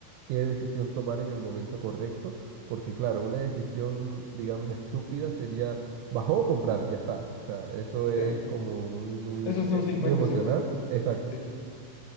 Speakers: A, on the right; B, on the left.
A: qué decisión tomar en el momento correcto, porque claro, una decisión, digamos, estúpida sería bajó o comprar, ya está. O sea, eso es
B: sí.
A: como muy, muy,
B: Eso es
A: ¿qué?
B: un cincuenta
A: Muy emocional.
B: 50 Sí,
A: Exacto.
B: sí, sí.